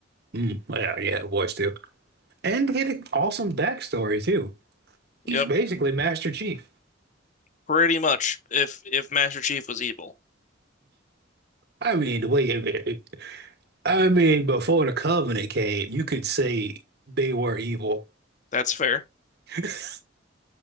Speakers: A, on the right (about 55°); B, on the left (about 40°).
A: Mm, yeah, yeah, voice too. And he had an awesome backstory too. He's
B: yep,
A: basically Master Chief.
B: pretty much if if Master Chief was evil.
A: I mean, the way it, I mean, before the Covenant came, you could say they were evil.
B: That's fair.
A: <laughs>